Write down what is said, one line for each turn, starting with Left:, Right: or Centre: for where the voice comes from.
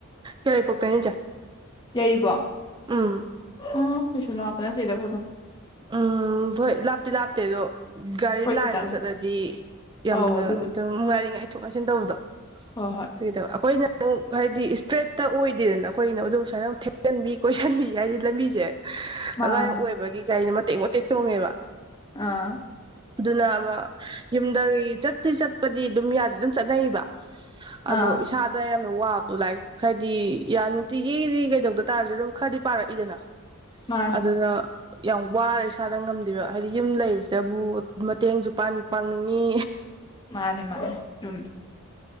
Right: ꯌꯥꯏꯔꯤꯄꯣꯛꯇꯩꯅꯤ ꯆꯦ
Left: ꯌꯥꯏꯔꯤꯕꯣ
Right: ꯎꯝ
Left: ꯎꯝ ꯀꯩꯁꯨ ꯂꯥꯞꯄ ꯅꯠꯇꯦꯗ ꯑꯩꯈꯣꯏꯗꯣ
Right: ꯎꯝ ꯍꯣꯏ ꯂꯥꯞꯇꯤ ꯂꯥꯞꯇꯦ ꯑꯗꯣ ꯒꯥꯔꯤ
Left: ꯍꯣꯏ
Right: ꯂꯥꯏꯟꯗ
Left: ꯈꯤꯇꯪ
Right: ꯆꯠꯂꯗꯤ ꯌꯥꯝꯅ
Left: ꯑꯧ ꯑꯗꯨꯕꯨꯗꯤ
Right: ꯑꯗꯨꯝ ꯉꯥꯏꯔꯤꯉꯩ ꯉꯥꯏꯊꯣꯛ ꯉꯥꯏꯁꯤꯟ ꯇꯧꯕꯗꯣ
Left: ꯍꯣꯏ ꯍꯣꯏ
Right: ꯇꯩꯗꯣ ꯑꯩꯈꯣꯏꯅ ꯑꯃꯨꯛ ꯍꯥꯏꯗꯤ ꯏꯁꯇ꯭ꯔꯦꯠꯇ ꯑꯣꯏꯗꯦꯗꯅ ꯑꯩꯈꯣꯏꯅ ꯑꯗꯨꯝ ꯁꯨꯃꯥꯏꯅ ꯑꯃꯨꯛ ꯊꯦꯛꯆꯟꯕꯤ ꯀꯣꯏꯁꯟꯕꯤ ꯍꯥꯏꯗꯤ ꯂꯝꯕꯤꯁꯦ
Left: ꯃꯥꯅꯦ
Right: ꯑꯗꯨꯃꯥꯏꯅ ꯑꯣꯏꯕꯒꯤ ꯒꯥꯔꯤꯅ ꯃꯇꯦꯛ ꯃꯇꯦꯛ ꯇꯣꯡꯉꯦꯕ
Left: ꯑꯥ
Right: ꯑꯗꯨꯅ ꯑꯃ ꯌꯨꯝꯒꯤ ꯆꯠ ꯆꯠꯄꯗꯤ ꯑꯗꯨꯝ ꯌꯥꯗꯦ ꯑꯗꯨꯝ ꯆꯠꯅꯩꯕ ꯑꯗꯣ
Left: ꯑꯥ
Right: ꯏꯁꯥꯗ ꯌꯥꯝ ꯋꯥꯕꯗꯣ ꯂꯥꯏꯔꯤꯛ ꯍꯥꯏꯗꯤ ꯌꯥ ꯅꯨꯡꯇꯤꯒꯤꯗꯤ ꯀꯩꯗꯧꯗ ꯇꯥꯔꯁꯨ ꯑꯗꯨꯝ ꯈꯔꯗꯤ ꯄꯥꯔꯛꯏꯗꯅ
Left: ꯃꯥꯅꯤ
Right: ꯑꯗꯨꯅ ꯌꯥꯝ ꯋꯥꯔꯦ ꯏꯁꯥꯗ ꯉꯝꯗꯦꯕ ꯍꯥꯏꯗꯤ ꯌꯨꯝ ꯂꯩꯕꯁꯤꯗꯕꯨ ꯃꯇꯦꯡꯁꯨ ꯄꯥꯡꯅꯤꯡꯉꯤ
Left: ꯃꯥꯅꯦ ꯃꯥꯅꯦ ꯆꯨꯝꯃꯦ